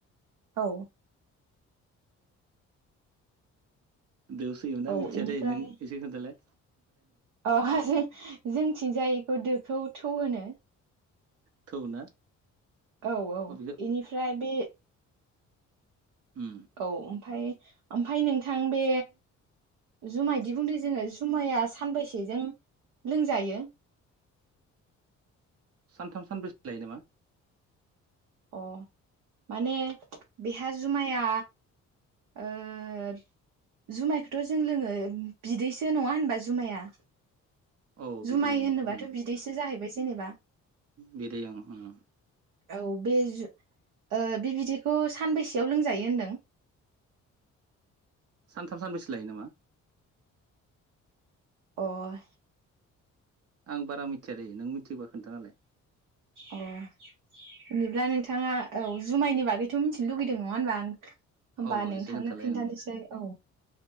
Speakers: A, on the right; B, on the right.
A: औ
B: दोआव सोयोमोनना
A: औ
B: मिथिया
A: इनिफ्राय
B: दे नों एसे खोन्था लाय
A: अ जोंनिथिंजाय इखो दोखौ थौ होनो।
B: थौ ना।
A: औ औ
B: अ बेखौ
A: इनिफ्राय बे।
B: उम
A: औ ओमफाय। ओमफाय नोंथां बे जुमायदि बुंदों जोङो जुमाया सानबैसेजों लोंजायो।
B: सानथाम सानब्रैसो लायोनामा।
A: अह माने बेहा जुमाया ओह जुमायखोथ जों लोङो बिदैसो नङाहोनबा जुमाया।
B: औ बिदै
A: जुमाय
B: ओं
A: होनोबाथ'
B: उम
A: बिदैसो जाहैबाय जेनेबा
B: बिदै ओं उम।
A: औ बे जु ओह बे बिदैखौ सानबैसेआव लोंजायो होनदों।
B: सानथाम सानब्रैसो लायोनामा।
A: अह।
B: आं बारा मिथियालै नों मिथियोबा खोन्थाना होलाय।
A: अह बिदिब्ला नोंथाङा औ जुमायनि बागैथ मिथिनो लुगैदों नङाहोनबा आं होमबा
B: औ
A: नोंथांनो
B: एसे खोन्थालाय
A: खिन्थानोसै
B: ओं
A: औ।